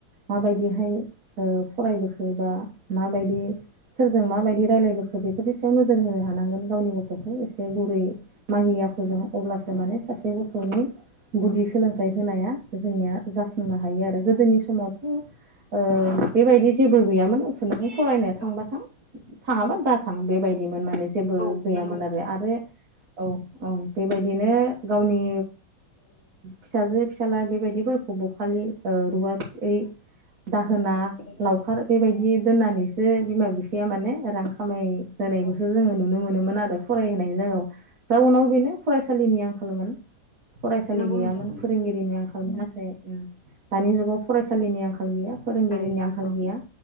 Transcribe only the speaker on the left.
औ
औ
औ
नंगौ नोंथां
नंगौ
<inaudible>
औ
औ
नंगौ
नंगौ
नोंथां नंगौ
औ
आरो रांखावरि